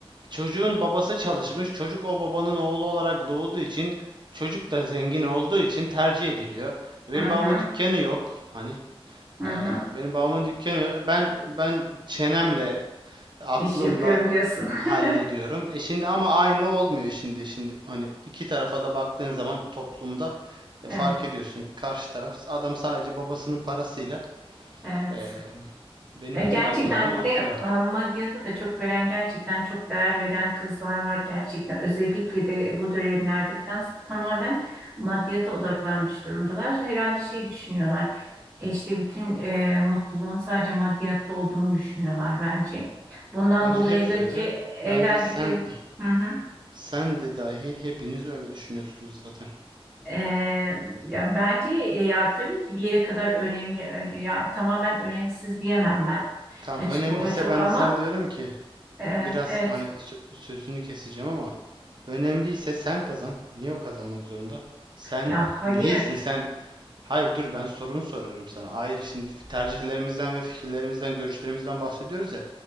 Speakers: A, on the right; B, on the right.
A: Çocuğun babası çalışmış. Çocuk o babanın oğlu olarak doğduğu için çocuk da zengin olduğu için tercih ediliyor. E, Benim
B: hı hı,
A: babamın dükkanı yok. Hani
B: hı
A: Ee,
B: hı.
A: benim babamın dükkanı ben ben çenemle aklımla
B: İş yapıyorum diyorsun. <laughs>
A: hallediyorum. E şimdi ama aynı olmuyor şimdi şimdi hani iki tarafa da baktığın zaman toplumda e,
B: Evet,
A: fark ediyorsun. Karşı taraf adam sadece babasının parasıyla
B: evet.
A: e, benim
B: E, Gerçekten
A: bütün adımlarımı
B: bir
A: atlıyor.
B: de e, maddiyata da çok veren, gerçekten çok değer veren kızlar var gerçekten. Özellikle de bu dönemlerde falan tamamen maddiyata odaklanmış durumdalar. Herhalde şey düşünüyorlar, e, işte bütün e, mutluluğun sadece maddiyatta olduğunu düşünüyorlar bence. Bundan
A: Bence
B: dolayıdır
A: hepsi öyle.
B: ki evlendikleri...
A: Bence sen
B: Hı hı.
A: sen de dahil hepiniz öyle düşünüyorsunuz zaten.
B: E, ya bence e, ya tabii ki bir yere kadar önemli, ön- ya tamamen önemsiz diyemem ben
A: Tamam
B: açık
A: önemliyse
B: açık
A: ben
B: ama
A: de sana diyorum ki
B: e,
A: biraz
B: evet.
A: hani sö- sözünü keseceğim ama Önemliyse sen kazan. Niye o kazanmak zorunda? Sen
B: Ya hayır.
A: neysin? Sen hayır dur ben sorumu soruyorum sana. Hayır şimdi tercihlerimizden ve fikirlerimizden, görüşlerimizden bahsediyoruz ya.